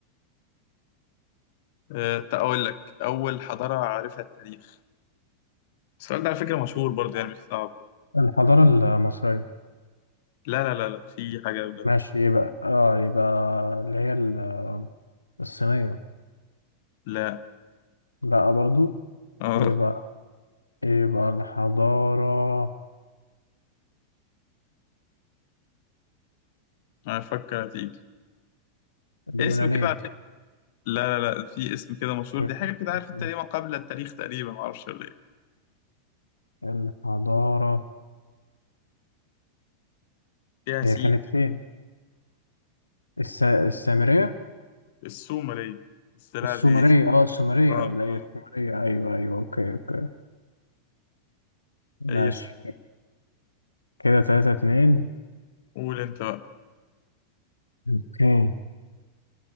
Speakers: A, on the left; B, on the left.
A: أه تقول لك أول حضارة عارفها التاريخ السؤال ده على فكرة مشهور برضه يعني مش صعب
B: الحضارة المصرية
A: لا لا لا لا في حاجة ده
B: ماشي يبقى اه يبقى اللي هي ال- الصينية
A: لا
B: لا برضو
A: اه
B: يبقى يبقى الحضارة
A: أنا أفكر هتيجي
B: اليونانية
A: اسم كده على فكرة لا لا لا في اسم كده مشهور
B: مش-
A: دي حاجة كده
B: مش-
A: عارف أنت ليه ما قبل التاريخ تقريبا معرفش ولا إيه
B: الحضارة
A: فيها سين
B: هي كانت فين؟ الس... السامرية؟
A: السومرية بس لا
B: السومرية
A: دي <laughs>
B: اه السومرية
A: اه
B: ولا
A: اه
B: ايه السومرية ايوه ايوه اوكي اوكي ماشي
A: هي السومرية
B: كده تلاتة اتنين
A: قول أنت بقى
B: اوكي